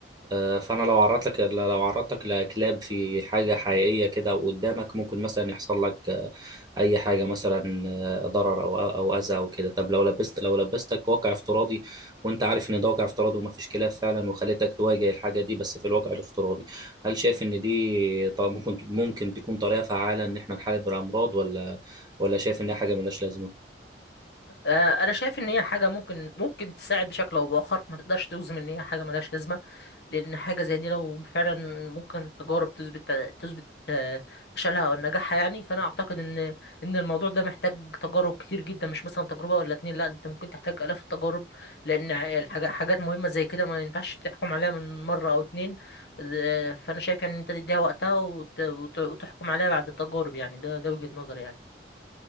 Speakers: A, on the right (about 20°); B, on the left (about 65°).
A: آه، فانا لو عرضت لك لو عرضت لك لكلاب في حاجه حقيقيه كده قدامك ممكن مثلا يحصل لك آه، اي حاجه مثلا آه، ضرر او او اذى او كده طب لو لبست لو لبستك واقع افتراضي وانت عارف ان ده واقع افتراضي وما فيش كلاب فعلا وخليتك تواجه الحاجه دي بس في الواقع الافتراضي هل شايف ان دي طب ممكن ممكن تكون طريقه فعاله ان احنا نحارب الامراض ولا ولا شايف ان هي حاجه ملهاش لازمه
B: آه، انا شايف ان هي حاجه ممكن ممكن تساعد بشكل او باخر ما تقدرش توزم ان هي حاجه ملهاش لازمه لان حاجه زي دي لو فعلا ممكن تجارب تثبت تثبت آه، فشلها او نجاحها يعني فانا اعتقد ان ان الموضوع ده محتاج تجارب كتير جدا مش مثلا تجربه ولا اتنين لا انت ممكن تحتاج الاف التجارب لان الحاجه حاجات مهمه زي كده ما ينفعش تحكم عليها من مره او اتنين آه، فانا شايف يعني ان انت تديها وقتها وت- وت- وتحكم عليها بعد تجارب يعني ده ده وجهه نظري يعني